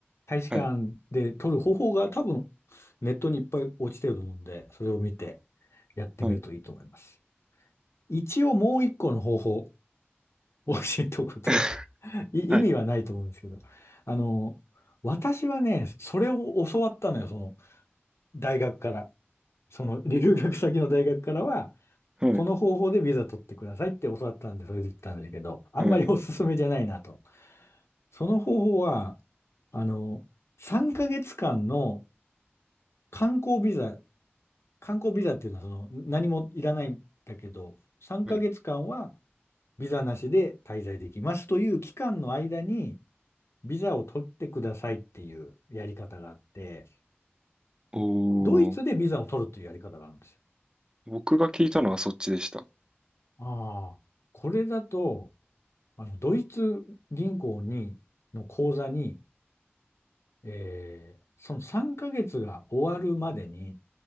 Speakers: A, on the left; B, on the right.
A: 大使館で撮る方法が多分
B: はい。
A: ネットにいっぱい落ちてると思うんで、それを見てやってみるといいと思います。
B: はい。
A: 一応もう一個の方法 <laughs> を教えておくと、
B: <laughs>
A: い意味はないと思うんですけど、
B: はい。
A: あのー私はね、それを教わったのよ、その大学から。その留学先の大学からは、
B: はい。
A: この方法でビザ取ってくださいって教わったんで、それで行ったんだけど、あんまりおすすめじゃないなと。
B: はい。
A: その方法は、あの、3ヶ月間の観光ビザ、観光ビザっていうのはその何もいらないんだけど、3ヶ月間は
B: はい。
A: ビザなしで滞在できますという期間の間にビザを取ってくださいっていうやり方があって、
B: おおー、
A: ドイツでビザを取るというやり方があるんですよ。
B: 僕が聞いたのはそっちでした。
A: ああ、これだとあの、ドイツ銀行に、の口座に、えーその3ヶ月が終わるまでに